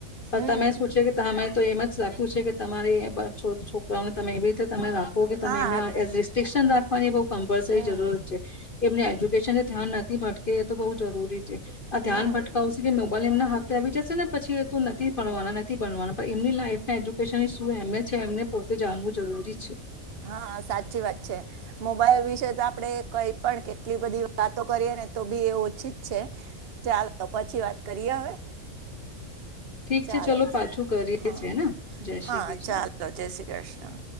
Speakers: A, on the left; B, on the right.
A: પણ
B: હમ
A: ત મેં સોચ્યો કે તમે તો એમ જ રાખવ્યું છે કે તમારી છોક છોકરાઓને તમે એવી રીતે તમે હગ
B: હા
A: તમે એમને
B: તો-
A: એ રિસ્ટ્રિકશન દા અને એ બહુ કમ્પલસરી
B: હમ
A: જરૂરત છે. એમને એજ્યુકેશન ને ધ્યાન નથી ભટકે તો બહુ જરૂરી છે. આ ધ્યાન
B: હમ
A: ભટકાવુ મે ભલે એમના હાથે આવી જશે ને, પછી એ તો નથી ભણવાના, નથી ભણવાના. પણ એમની લાઈફ ના એજ્યુકેશનની શું? એમ છે. એમને પોતે જાણવું જરૂરી છે.
B: હા, સાચી વાત છે. મોબાઈલ વિશે તો આપડે કઈ પણ કેટલી બધી વાતો કરીએ ને, તો બી એ ઓછી જ છે. ચાલો, પછી વાત કરીએ હવે.
A: ઠીક
B: ચાલો,
A: છે ચલો પાછું કરીએ
B: હા,
A: છે ને જય
B: હા,
A: શ્રી કૃષ્ણ
B: ચાલો. જય શ્રી કૃષ્ણ.